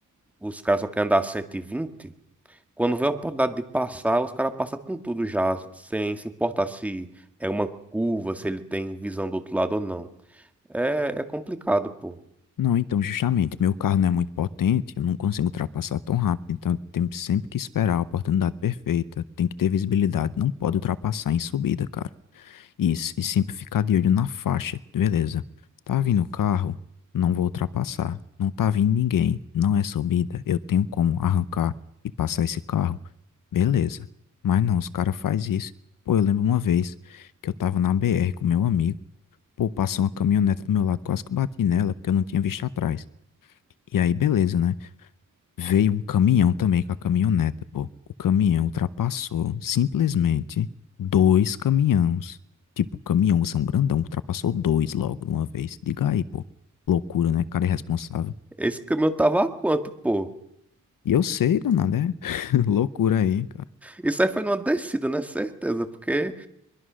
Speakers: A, in the centre; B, on the left.
A: os caras só querem andar a 120. Quando vê a oportunidade de passar, os caras passam com tudo já, sem se importar se é uma curva, se ele tem visão do outro lado ou não. É, é complicado, pô.
B: Não, então justamente, meu carro não é muito potente, eu não consigo ultrapassar tão rápido, então temos sempre que esperar a oportunidade perfeita, tem que ter visibilidade, não pode ultrapassar em subida, cara. Isso, e sempre ficar de olho na faixa, beleza. Tá vindo o carro, não vou ultrapassar. Não tá vindo ninguém, não é subida, eu tenho como arrancar e passar esse carro, beleza. Mas não, os caras fazem isso. Pô, eu lembro uma vez que eu tava na BR com meu amigo, pô, passou uma caminhonete do meu lado, quase que eu bati nela, porque eu não tinha visto atrás. E aí, beleza, né? Veio um caminhão também com a caminhoneta, pô. O caminhão ultrapassou simplesmente dois caminhões. Tipo, o caminhão são grandão, ultrapassou dois logo de uma vez. Diga aí, pô. Loucura, né? Cara irresponsável.
A: Esse caminhão tava a quanto, pô?
B: E eu sei, danado, é <laughs> loucura aí, cara.
A: Isso aí foi numa descida, né? Certeza, porque